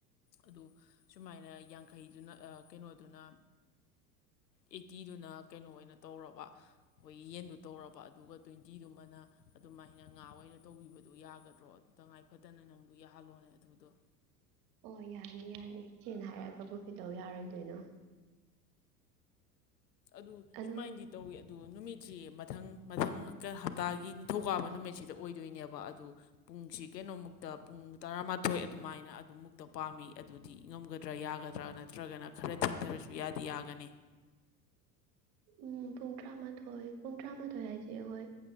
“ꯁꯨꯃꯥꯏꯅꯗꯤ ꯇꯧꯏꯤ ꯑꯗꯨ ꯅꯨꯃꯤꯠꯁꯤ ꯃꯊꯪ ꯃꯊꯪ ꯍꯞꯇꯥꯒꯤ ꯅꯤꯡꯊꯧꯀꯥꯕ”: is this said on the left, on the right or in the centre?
Left